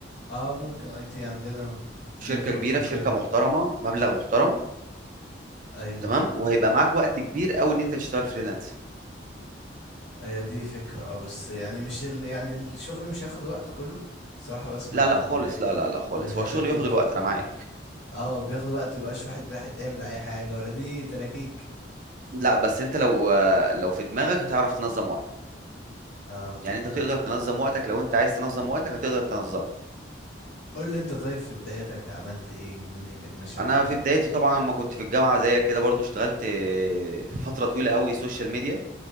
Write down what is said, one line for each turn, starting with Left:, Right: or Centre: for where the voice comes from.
Left: اه ممكن اي تي عندنا
Right: في شركة
Left: نتورك
Right: كبيرة،
Left: وكده
Right: في شركة محترمة، مبلغ محترم،
Left: ايوه
Right: تمام، وهيبقى معاك وقت كبير أوي إن أنت تشتغل freelance
Left: هي دي فكرة اه بس يعني مش ال... يعني الشغل مش هياخد وقت كله صراحة بسمع
Right: لا،
Left: ان
Right: لأ
Left: ال...
Right: خالص، لا، لا، لأ خالص،
Left: ان الحاجات
Right: هو الشغل
Left: دي
Right: بياخد
Left: بتبقى
Right: الوقت أنا معاك،
Left: اه بياخد وقت مبيبقاش واحد راح تعمل اي حاجة ولا دي تلاكيك
Right: لأ بس أنت لو آه، لو في دماغك هتعرف تنظّم وقتك،
Left: اه
Right: يعني أنت
Left: طب
Right: هتقدر تنظّم وقتك لو أنت عايز تنظّم وقتك هتقدر تنظّمه.
Left: قول لي انت طيب في بدايتك عملت ايه الدنيا كانت ماشية
Right: انا
Left: معاك ازاي
Right: في بدايتي طبعا لما كنت في الجامعه زيك كده برضو اشتغلت فتره طويله قوي سوشيال ميديا